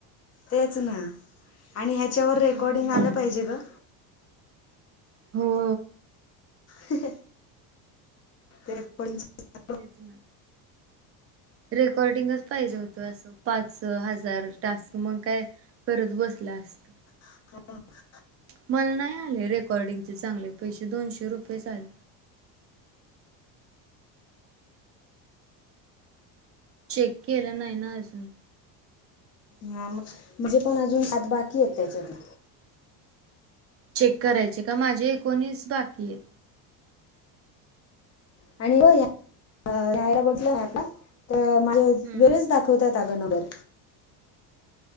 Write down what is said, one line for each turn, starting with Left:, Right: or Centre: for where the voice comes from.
Left: तेच ना आणि ह्याच्यावर रेकॉर्डिंग
Right: हम्म
Left: आलं पाहिजे ग.
Right: हो.
Left: ह <unintelligible>
Right: तेच ना. रेकॉर्डिंगच पाहिजे होतं असं पाच हजार. टास्क मग काय करत बसलो असतो.
Left: <unintelligible>
Right: मला नाही आले रेकॉर्डिंगचे चांगले पैसे दोनशे रुपयेच आले. चेक केल नाही ना अजून.
Left: हा मग म्हणजे अजून आात बाकी आहेत त्याच्यातले.
Right: चेक करायचे का? माझे एकोणीस बाकी आहेत.
Left: आणि <unintelligible>
Right: हम्म
Left: दाखवतात अग नंबर.